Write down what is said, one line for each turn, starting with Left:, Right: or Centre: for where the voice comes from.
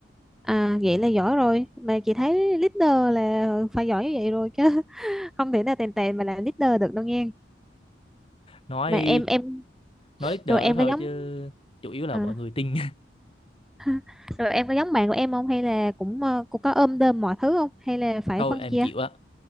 Centre: à vậy là giỏi rồi mà chị thấy leader là phải giỏi như vậy rồi chứ <laughs> không thể nào tèn tèn mà làm leader được đâu nghe
Left: nói
Centre: mà em em
Left: nói leader
Centre: rồi em
Left: đó thôi
Centre: có giống
Left: chứ chủ yếu là
Centre: à,
Left: mọi người tin
Centre: <laughs> rồi em có giống bạn của em không hay là cũng ờ, cũng có ôm đơm mọi thứ không hay là
Left: <laughs>
Centre: phải
Left: thôi
Centre: phân
Left: em
Centre: chia
Left: chịu á